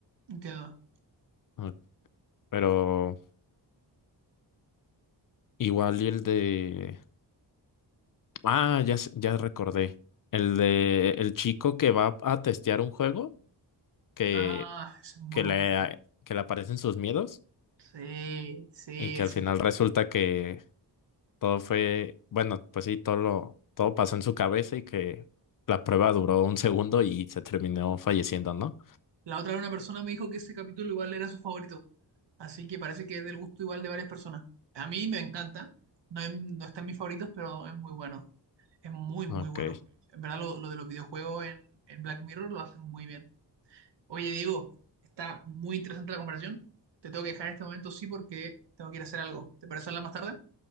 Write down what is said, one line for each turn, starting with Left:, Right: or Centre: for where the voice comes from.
Right: Entiendo.
Left: Mm, Pero igual y el de, ah, ya, sé- ya recordé. El de el chico que va a testear un juego que,
Right: Ah, ese es muy
Left: que
Right: bueno.
Left: le, que le aparecen sus miedos.
Right: Sí, sí,
Left: y que
Right: ese
Left: al final
Right: es muy
Left: resulta
Right: bueno.
Left: que todo fue, bueno, pues sí, todo lo, todo pasó en su cabeza y que la prueba duró un segundo y se terminó falleciendo, ¿no?
Right: La otra vez una persona me dijo que ese capítulo igual era su favorito. Así que parece que es del gusto igual de varias personas. A mí me encanta. No, es- no está en mis favoritos, pero es muy bueno. Es muy, muy
Left: Ok,
Right: bueno. En verdad, lo, lo de los videojuegos en, en Black Mirror lo hacen muy bien. Oye, Diego, está muy interesante la comparación. Te tengo que dejar en este momento, sí, porque tengo que ir a hacer algo. ¿Te parece hablar más tarde?